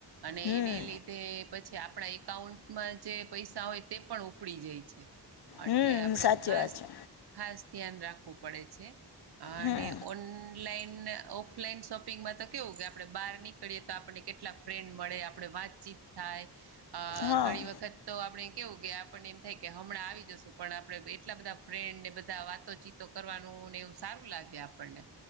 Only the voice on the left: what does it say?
હમ
હમ
સાચી
વાત છે
હમ
હા